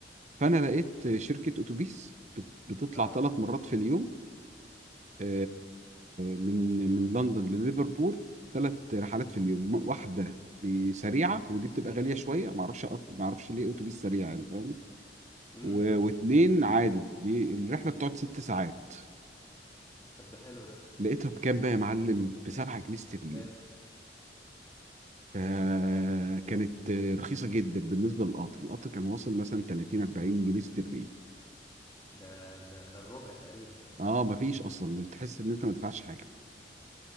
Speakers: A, on the right (about 40°); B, on the left (about 20°).
A: فانا لقيت شركه اتوبيس بت- بتطلع
B: اه
A: ثلاث مرات في اليوم آه، من من لندن لليفربول ثلاث رحلات في اليوم م- واحده بسريعه ودي بتبقى غاليه شويه ما اعرفش ما اعرفش ليه اتوبيس سريع يعني فاهم
B: امم
A: و- واتنين عادي دي الرحله بتقعد ست ساعات
B: طب ده حلو ده
A: لقيتها بكام بقى يا معلم ب 7 جنيه استرليني
B: كام
A: آه
B: ياه
A: كانت آه، رخيصه جدا بالنسبه للقطر القطر كان واصل مثلا 30 40 جنيه استرليني
B: ده ده ده الربع تقريبا
A: اه مفيش اصلا بتحس ان انت ما دفعتش حاجه